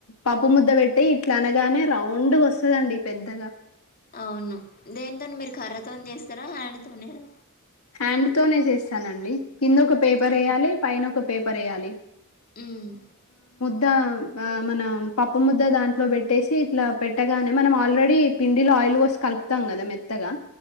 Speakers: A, on the left (about 70°); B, on the left (about 40°).
A: పప్పు ముద్ద పెట్టి ఇట్ల అనగానే రౌండ్గ వస్తదండి పెద్దగ
B: అవును దేనితోని మీరు కర్రతోని చేస్తారా హండ్ తోనేనా
A: హ్యాండ్ తోనే చేస్తానండి కింద ఒక పేపర్
B: ఇట్లా
A: ఏయ్యాలి పైన ఒక పేపర్ ఏయ్యాలి
B: ఉమ్
A: దా ఆ మన పప్పు ముద్ద దాంట్లొ పెట్టేసి ఇట్ల పెట్టగానే మనం ఆల్రెడీ పిండిల ఆయిల్ పోసి కలుపుతాం కద మెత్తగా